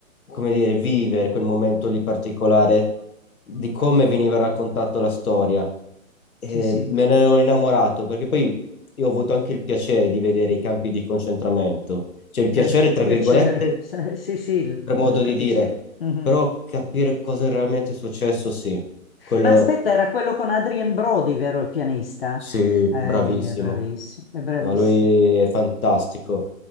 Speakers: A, on the left; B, on the left.
A: come dire, vivere quel momento lì particolare di come veniva raccontata la storia. E
B: Sì, sì,
A: me ne ero innamorato, perché poi io ho avuto anche il piacere di vedere i campi di concentramento, cioè il piacere,
B: eh,
A: tra
B: piacere.
A: virgolette,
B: Sì, sì, sì, il-
A: per modo
B: ma capisco.
A: di dire,
B: Mhm.
A: però capire cosa è realmente successo, sì, quello
B: Ma aspetta, era quello con Adrien Brody, vero il pianista?
A: sì,
B: Eh,
A: bravissimo.
B: mi- è bravissimo, è bravissimo.
A: No, lui è fantastico.